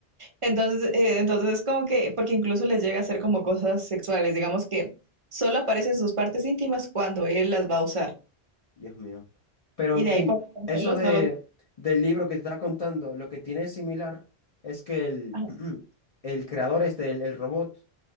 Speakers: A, on the right; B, on the left.
A: entonces, eh, entonces es como que, porque incluso les llega a hacer como cosas sexuales, digamos que solo aparecen sus partes íntimas cuando él las va a usar.
B: Dios mío. Pero
A: Y
B: en
A: de
B: fin,
A: ahí cuando están
B: eso
A: solos
B: de,
A: no los...
B: del libro que te estaba contando, lo que tiene es similar es que el,
A: Ajá,
B: <clears throat> el creador este, el, el robot,